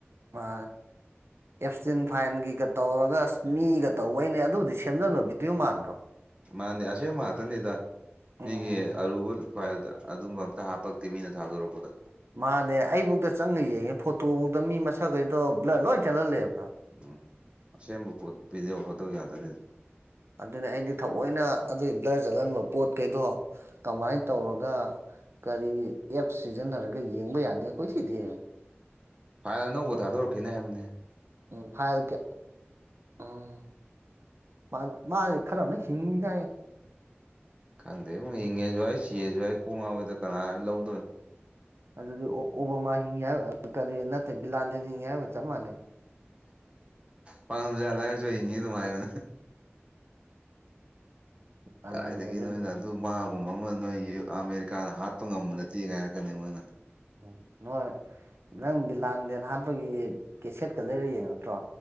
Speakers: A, on the right; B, on the right.
A: ꯃꯥ ꯑꯦꯞꯁꯇꯤꯟ ꯐꯥꯏꯟꯒꯤꯒ ꯇꯧꯔꯒ ꯑꯁ ꯃꯤꯒ ꯇꯧꯕꯩꯅꯦ ꯑꯗꯨꯕꯨꯗꯤ ꯁꯦꯝꯖꯅꯕ ꯕꯤꯗꯤꯑꯣ ꯃꯥꯟꯗ꯭ꯔꯣ
B: ꯃꯥꯅꯤ ꯑꯁꯤꯁꯦ ꯃꯥꯇꯅꯤꯗꯥ ꯃꯤꯒꯤ
A: ꯎꯝ
B: ꯑꯔꯨꯕ ꯐꯥꯏꯜꯗ ꯑꯗꯨꯝꯕ ꯑꯝꯇ ꯍꯥꯞꯄꯛꯇꯦ ꯃꯤꯅ ꯊꯥꯗꯣꯔꯛꯄꯗ
A: ꯃꯥꯅꯦ ꯑꯩꯕꯨꯧꯗ ꯆꯪꯉ ꯌꯦꯡꯉꯦ ꯐꯣꯇꯣꯐꯧꯗ ꯃꯤ ꯃꯁꯛꯈꯩꯗꯣ ꯂꯣꯏ ꯆꯜꯍꯜꯂꯦꯕ
B: ꯎꯝ ꯑꯁꯦꯡꯕ ꯄꯣꯠ ꯚꯤꯗꯤꯑꯣ ꯐꯣꯠꯇꯧ ꯌꯥꯗꯣꯏꯅꯤ
A: ꯑꯗꯨꯅ ꯑꯩꯗꯤ ꯊꯑꯣꯏꯅ ꯑꯗꯨꯒꯤ ꯕ꯭ꯂꯔ ꯆꯠꯍꯟꯕ ꯄꯣꯠꯈꯩꯗꯣ ꯀꯃꯥꯏꯅ ꯇꯧꯔꯒ ꯀꯔꯤ ꯑꯦꯞ ꯁꯤꯖꯤꯟꯅꯔꯒ ꯌꯦꯡꯕ ꯌꯥꯅꯤ ꯀꯣꯏꯊꯤꯗꯤ
B: ꯐꯥꯏꯜ ꯑꯅꯧꯕ ꯊꯥꯗꯣꯔꯛꯈꯤꯅꯦ ꯍꯥꯏꯕꯅꯦ
A: ꯎꯝ ꯐꯥꯏꯜ ꯀꯌꯥ ꯎꯝ ꯃꯥ ꯃꯥ ꯈꯅ ꯍꯤꯡꯉꯤꯒꯥꯏ
B: ꯈꯪꯗꯦ ꯑꯃꯨꯛ ꯍꯤꯡꯉꯦꯁꯨ ꯑꯩ ꯁꯤꯔꯁꯨ ꯑꯩ ꯀꯣꯡ ꯉꯥꯎꯋꯏꯗ ꯀꯅꯥ ꯂꯧꯗꯣꯏꯅꯣ
A: ꯑꯗꯨꯗꯤ ꯑꯣꯕꯣꯃꯥ ꯍꯤꯡꯉꯦ ꯍꯥꯏꯕ ꯀꯔꯤ ꯅꯠꯇꯦ ꯕꯤꯂꯥꯟꯗ ꯍꯤꯡꯉꯦ ꯍꯥꯏꯕꯞ ꯃꯥꯟꯅꯩ
B: ꯄꯥꯝꯁꯨ ꯑꯗꯏꯔꯁꯨ ꯍꯤꯡꯉꯤ ꯑꯗꯨꯝ ꯍꯥꯏꯕꯅꯦ
A: ꯂꯥꯟꯗꯦꯟꯒꯁꯦ
B: ꯀꯗꯥꯏꯗꯒꯤ ꯅꯣꯏꯅ ꯑꯗꯨ ꯃꯥꯒꯨꯝꯕ ꯑꯃ ꯅꯣꯏ ꯑꯃꯦꯔꯤꯀꯥꯅ ꯍꯥꯠꯄ ꯉꯝꯕ ꯅꯠꯇꯦꯒꯥꯏ ꯍꯥꯏꯔꯛꯀꯅꯤ ꯃꯣꯏꯅ
A: ꯎꯝ ꯅꯣꯏ ꯅꯪꯗꯤ ꯂꯥꯟꯗꯦꯟ ꯍꯥꯠꯄꯒꯤ ꯀꯦꯁꯦꯠꯀ ꯂꯩꯔ ꯌꯦꯡ ꯅꯠꯇ꯭ꯔꯣ